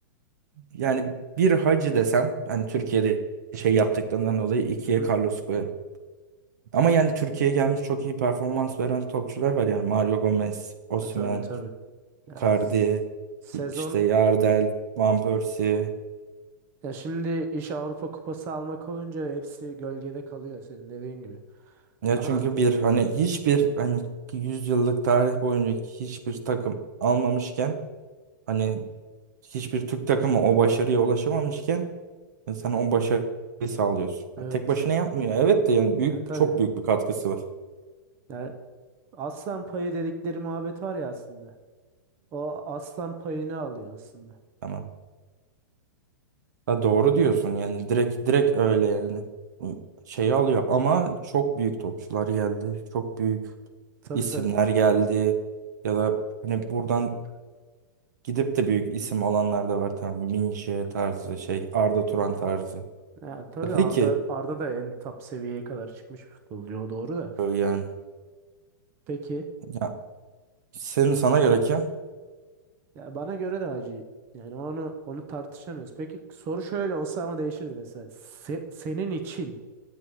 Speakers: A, on the right (about 55°); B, on the right (about 20°).
A: Yani bir hacı desem hani Türkiye'de şey yaptıklarından dolayı ikiye
B: Hı hı.
A: Carlos koyarım. Ama yani Türkiye'ye gelmiş çok iyi performans veren topçular var yani Mario Gomez, Osimhen,
B: E, tabii tabii. Ya,
A: Icardi,
B: s- sezon
A: işte Yardel, Van Persie.
B: ya şimdi iş Avrupa Kupası almak olunca hepsi gölgede kalıyor senin dediğin gibi.
A: Ya
B: Ama
A: çünkü bir hani hiçbir hani 100 yıllık tarih boyunca hiçbir takım almamışken hani hiçbir Türk takımı o başarıya ulaşamamışken e, sen o başarıyı sağlıyorsun.
B: evet.
A: Ya tek başına yapmıyor. Evet de yani büyük
B: Ya tabii.
A: çok büyük bir katkısı var.
B: Ya, aslan payı dedikleri muhabbet var ya aslında. O aslan payını alıyor aslında.
A: Tamam. Ha, doğru diyorsun yani direkt direkt öyle yani. Şeyi alıyor ama çok büyük topçular geldi. Çok büyük
B: Tabii
A: isimler
B: tabii.
A: geldi. Ya da hani buradan gidip de büyük isim alanlar da var. Tamam Minje tarzı şey Arda Turan tarzı.
B: Ya, tabii
A: E Peki
B: Arda Arda da en top seviyeye kadar çıkmış bir futbolcu o doğru da.
A: böyle yani.
B: Peki
A: Ya, senin sana göre kim?
B: Ya bana göre de hacı. Yani onu onu tartışamıyoruz. Peki soru şöyle olsa ama değişirdi mesela. Se- senin için